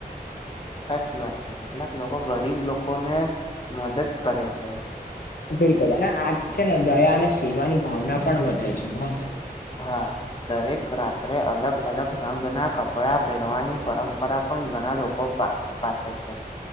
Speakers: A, on the left; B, on the left.
A: સાચી વાત છે, કેટલાક લોકો ગરીબ લોકોને મદદ કરે છે.
B: બિલકુલ અને આથી છે ને દયા અને સેવાની ભાવના પણ વધે છે હો.
A: હા, દરેક રાત્રે અલગ અલગ રંગના કપડાં પહેરવાની પરં પરા પણ ઘણા લોકો પા પાસે છે.